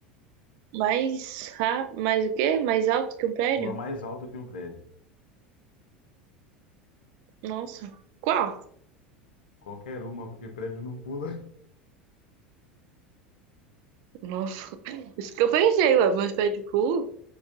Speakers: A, on the right; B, on the left.
A: mais, ra- mais o quê? Mais alto que um prédio?
B: Pula mais alto que um prédio.
A: Nossa. Qual?
B: Qualquer uma, porque prédio não pula.
A: Nossa. Isso que eu pensei, ué. Meus pés de pulo?